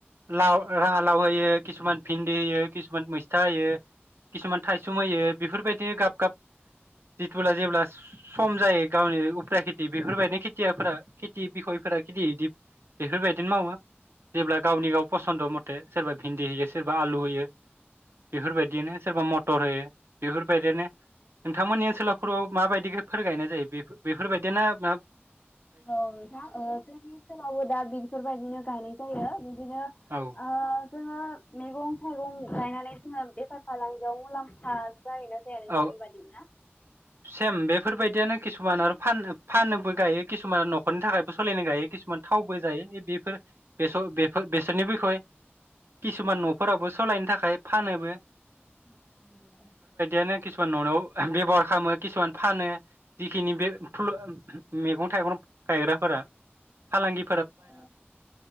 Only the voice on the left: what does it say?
औ नोंथां जोंनि ओनसोलावबो दा बेफोरबायदिनो गायनाय जायो बिदिनो ओ
जोङो मैगं थाइगं गायनानै जोङो बेफार फालांगियाव मुलाम्फा जायो ना जाया नोंसोरनि
बादिब्ला।
औ औ नंगौ
औ